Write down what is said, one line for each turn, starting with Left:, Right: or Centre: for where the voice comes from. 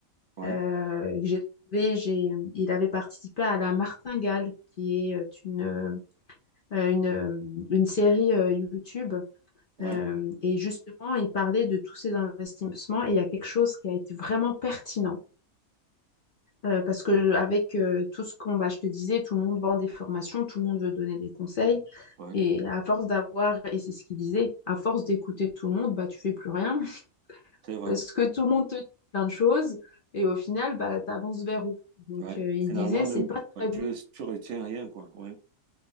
Right: Ouais.
Left: euh, que j'ai trouvé, j'ai, il avait participé à La Martingale, qui est euh, une, euh, une, euh, une série euh, YouTube
Right: Ouais.
Left: euh, et justement, il parlait de tous ces investissements et il y a quelque chose qui a été vraiment pertinent. Euh, parce que avec euh, tout ce qu'on, bah, je te disais, tout le monde vend des formations, tout le monde veut donner des conseils.
Right: Ouais.
Left: Et à force d'avoir, et c'est ce qu'il disait, à force d'écouter tout le monde, bah, tu fais plus rien. <laughs>
Right: C'est vrai.
Left: Parce que tout le monde te dit plein de choses. Et au final, bah, tu avances vers où? Donc,
Right: Ouais,
Left: euh, il
Right: finalement,
Left: disait, c'est
Right: même,
Left: pas
Right: ouais,
Left: très
Right: tu,
Left: bon.
Right: tu retiens rien, quoi. Ouais,